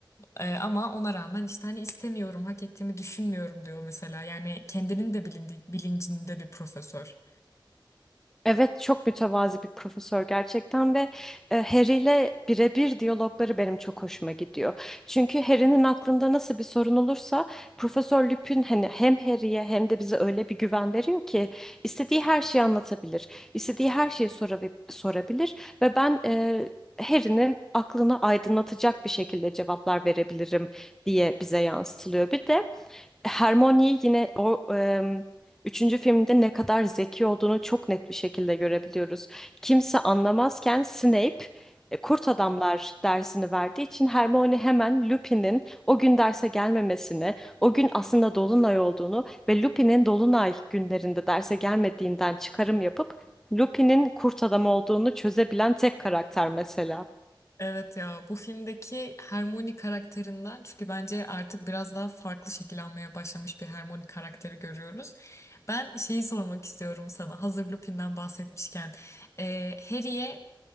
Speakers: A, on the left; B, in the centre.
A: ee, ama ona rağmen işte hani istemiyorum, hak ettiğimi düşünmüyorum diyor mesela. Yani kendinin de bilindi, bilincinde bir profesör.
B: Evet çok mütevazi bir profesör gerçekten ve e, Harry ile birebir diyalogları benim çok hoşuma gidiyor. Çünkü Harry'nin aklında nasıl bir sorun olursa Profesör Lupin hani hem Harry'ye hem de bize öyle bir güven veriyor ki istediği her şeyi anlatabilir. istediği her şeyi sorabi- sorabilir ve ben e, Harry'nin aklını aydınlatacak bir şekilde cevaplar verebilirim diye bize yansıtılıyor. Bir de Hermione yine o em, üçüncü filmde ne kadar zeki olduğunu çok net bir şekilde görebiliyoruz. Kimse anlamazken Snape e, Kurt Adamlar dersini verdiği için Hermione hemen Lupin'in o gün derse gelmemesini, o gün aslında Dolunay olduğunu ve Lupin'in Dolunay günlerinde derse gelmediğinden çıkarım yapıp Lupin'in Kurt Adam olduğunu çözebilen tek karakter mesela.
A: Evet ya bu filmdeki Hermione karakterinden çünkü bence artık biraz daha farklı şekil almaya başlamış bir Hermione karakteri görüyoruz. Ben şeyi sormak istiyorum sana hazır Lupin'den bahsetmişken. Ee, Harry'e